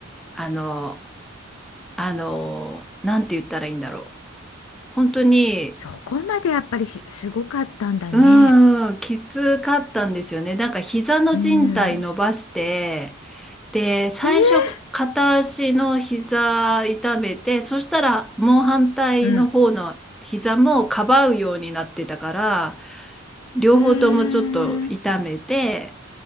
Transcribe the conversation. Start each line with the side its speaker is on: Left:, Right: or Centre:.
Centre: あの、あの、なんて言ったらいいんだろう。本当に、
Left: そこまでやっぱりひすごかったんだね。
Centre: うーん、んきつかったんですよね。なんか膝の靭帯伸ばして、
Left: うん。
Centre: で、最初、
Left: えー
Centre: 片足の膝痛めて、そしたらもう反対の方の膝もかばうようになってたから、
Left: うん。
Centre: 両方ともちょっと痛めて、
Left: へえ。